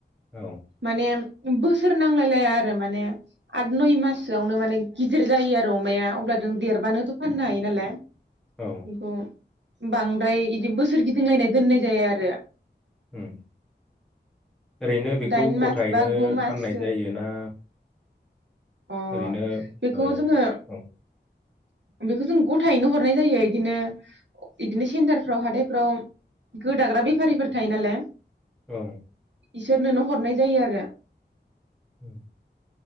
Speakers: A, in the centre; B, on the right.
A: औ
B: माने बोसोर नांलायलाया आरो माने आद नय माससोआवनो माने गिदिर जायो आरो अमाया अब्ला नों देरबानोथ' फाननो हायो नालाय
A: औ
B: बेखौ बांद्राय इदि बोसोर गिदिंलायनाय दोननाय जाया आरो
A: उम ओरैनो बेखौ
B: दाइन
A: गथायैनो
B: मास बा गु माससो
A: फाननाय जायोना
B: अ
A: ओरैनो
B: बेखौ
A: ओ
B: जोङो
A: औ
B: बेखौ जों गथायैनो हरनाय जायो इदिनो इदिनो सेन्टारफ्राव हाथायफ्राव गोदाग्रा बेफारिफोर थायो नालाय
A: औ
B: इसोरनोनो हरनाय जायो आरो
A: उम